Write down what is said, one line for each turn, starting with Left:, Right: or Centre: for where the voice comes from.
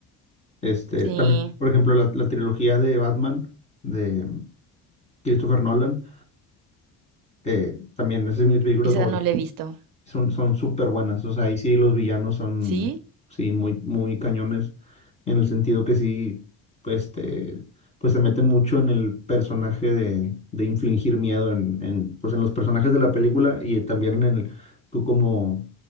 Left: Este,
Right: sí,
Left: también, por ejemplo, la, la trilogía de Batman de Christopher Nolan, eh, también esa es mi película
Right: esa
Left: favorita.
Right: no la he visto.
Left: Son, son súper buenas. O sea, ahí sí los villanos son,
Right: ¿Sí?
Left: sí, muy, muy cañones en el sentido que sí, pues, te, pues se meten mucho en el personaje de, de infligir miedo en, en, pues, en los personajes de la película y también en el, tú como,